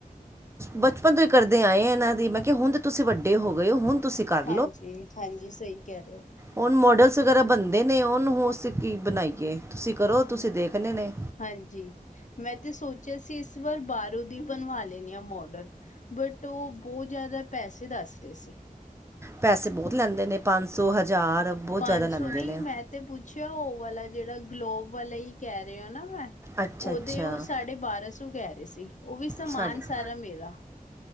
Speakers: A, on the right (about 20°); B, on the left (about 55°).
A: ਬਚਪਨ ਤੋਂ ਹੀ ਕਰਦੇ ਆਏ ਇਹਨਾਂ ਦੀ। ਮੈਂ ਕਿਹਾ ਹੁਣ ਤੇ ਤੁਸੀਂ ਵੱਡੇ ਹੋ ਗਏ ਹੋ ਹੁਣ ਤੁਸੀਂ ਕਰ
B: ਹਾਂਜੀ, ਹਾਂਜੀ ਸਹੀ ਕਹਿ ਰਹੇ ਹੋ
A: ਉਹ ਮੋਡਲਸ ਵਗੈਰਾ ਬਣਦੇ ਨੇ ਉਹਨੂੰ ਕੀ ਬਣਾਈਏ ਤੁਸੀਂ ਕਰੋ
B: ਹੋ
A: ਤੁਸੀਂ ਦੇਖਣੇ ਨੇ
B: ਹਾਂਜੀ, ਮੈਂ ਤੇ ਸੋਚਿਆ ਸੀ ਇਸ ਵਾਰ ਬਾਰੋਂ ਦੀ ਬਣਵਾ ਲੈਨੀ ਆ ਮੋਡਲ ਬਟ ਉਹ ਬਹੁਤ ਜ਼ਿਆਦਾ ਪੈਸੇ ਦੱਸ ਰਹੇ ਸੀ,
A: ਪੈਸੇ ਬਹੁਤ ਲੈਂਦੇ ਨੇ, ਪੰਜ ਸੌ ਹਜ਼ਾਰ, ਬਹੁਤ
B: ਪੰਜ
A: ਜ਼ਿਆਦਾ ਲੈਂਦੇ
B: ਸੌ ਨਹੀਂ
A: ਨੇ
B: ਮੈਂ ਤੇ ਪੁੱਛਿਆ ਉਹ ਵਾਲਾ ਜਿਹੜਾ ਗਲੋਬ ਵਾਲਾ ਹੀ ਕਹਿ ਰਹੇ ਹੋ ਨਾ ਮੈਂ
A: ਅੱਛਾ
B: ਉਹਦੇ
A: ਅੱਛਾ
B: ਉਹ ਸਾਢੇ ਬਾਰਾਂ ਸੌ ਕਹਿ ਰਹੇ ਸੀ, ਉਹ ਵੀ ਸਮਾਨ
A: ਸਾਡੇ
B: ਸਾਰਾ ਮੇਰਾ